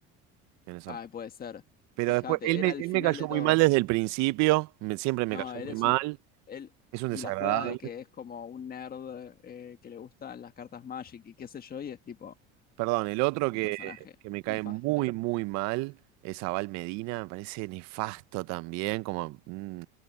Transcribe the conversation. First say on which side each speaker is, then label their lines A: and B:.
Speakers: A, on the right (about 60°); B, on the left (about 30°).
A: En esa...
B: ay, puede ser.
A: Pero
B: Fíjate,
A: después, él me,
B: era
A: él
B: el final
A: me cayó
B: de
A: muy
B: todo.
A: mal desde el principio, me- siempre me
B: No,
A: cayó
B: él
A: muy
B: es
A: mal,
B: un, él
A: es un
B: y
A: desagradable.
B: la juega de que es como un nerd eh, que le gustan las cartas Magic y qué sé yo, y es tipo
A: Perdón, el otro que,
B: un personaje
A: que me cae
B: nefasto.
A: muy, muy mal es Abal Medina, me parece nefasto también, como, mm,